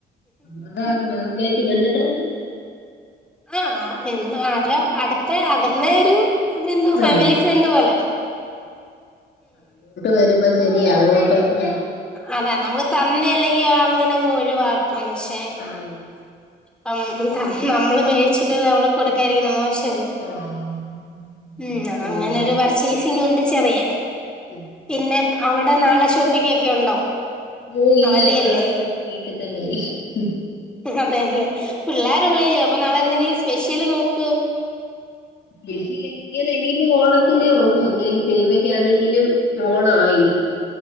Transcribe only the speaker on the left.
അതാണ് <unintelligible> ട്ട് ബന്ധുകള്.
ആ ഇത്
വരു ബ ശരിയാ അങ്ങോട്ടും ഉം.
ആന്നാ ഉം.
ആ അങ്ങനെ
പോണല്ലേ
ആ.
ഓഹ് ഇല്ല
നാളെ ഇവിടെ വീട്ടിൽ തന്നെയിരിക്കും
ഉേ <unintelligible> ഇത് ഇനിയിപ്പോ ഓണത്തിനേ ഉള്ളൂ എന്തെലും സിനിമക്കാണെങ്കിലും ഓണവാ ഇനി